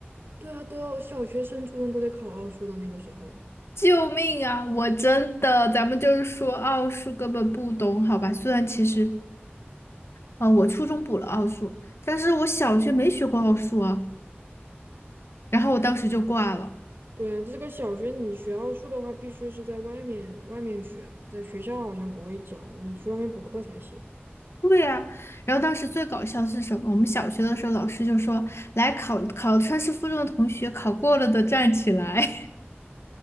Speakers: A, on the right (about 55°); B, on the left (about 85°).
A: 对啊，都要小学生、初中都得考奥数的那个时候。
B: 救命啊！我真的，咱们就是说奥数根本不懂，好吧？虽然其实，呃，我初中补了奥数，但是我小学没学过奥数啊，然后我当时就挂了。
A: 对啊，这个小学你学奥数的话，必须是在外面外面学，在学校好像不会教，你去外面补课才行。
B: 对呀、然后当时最搞笑的是什么？我们小学的时候，老师就说：“来考考川师附中的同学，考过了的站起来。”